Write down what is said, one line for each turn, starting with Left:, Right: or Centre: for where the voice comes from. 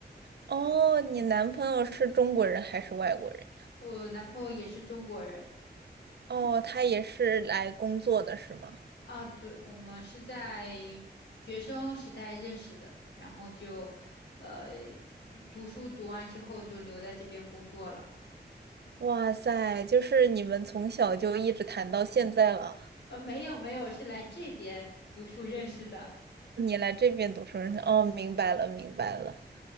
Right: 哦，你男朋友是中国人还是外国人呀
Left: 我男朋友也是中国人。
Right: 哦，他也是来工作的是吗？
Left: 啊，对，我们是在学生时代认识的，然后就，呃，读书读完之后就留在这边工作了。
Right: 哇塞，就是你们从小就一直谈到现在了。
Left: 呃，没有没有，是来这边读书认识的。
Right: 你来这边读书认识哦，明白了，明白了。